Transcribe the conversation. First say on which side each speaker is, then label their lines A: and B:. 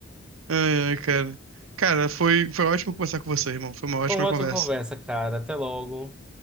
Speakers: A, on the right; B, in the centre.
A: Ai, ai, cara. Cara, foi, foi ótimo conversar com você, irmão. Foi uma ótima
B: Bom, outra
A: conversa.
B: conversa, cara. Até logo.